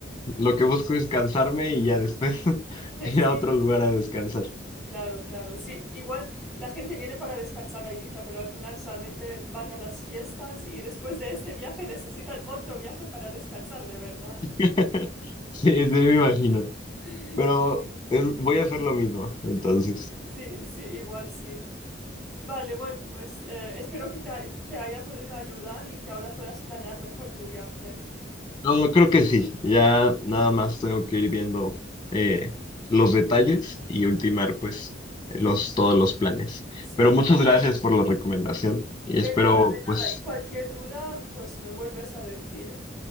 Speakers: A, on the left; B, in the centre.
A: lo que busco es cansarme y ya después <laughs>
B: <laughs>
A: ir
B: Sí,
A: a otro lugar
B: sí.
A: a descansar.
B: Claro, claro. Sí, igual la gente viene para descansar a Ibiza, pero al final solamente van a las fiestas y después de este viaje necesitan otro viaje para descansar de verdad.
A: <laughs> Sí, sí, me imagino,
B: <laughs>
A: pero
B: Sí, sí,
A: es- voy a hacer lo mismo, entonces.
B: sí, sí, igual sí. Vale, bueno, pues eh, espero que te, ha- te haya podido ayudar y que ahora puedas planear mejor tu viaje.
A: No, creo que sí. Ya nada más tengo que ir viendo eh, los detalles y ultimar pues los, todos los planes.
B: Sí,
A: Pero muchas gracias por la recomendación y
B: de
A: espero
B: nada, de nada.
A: pues
B: Y cualquier duda, pues me vuelves a decir.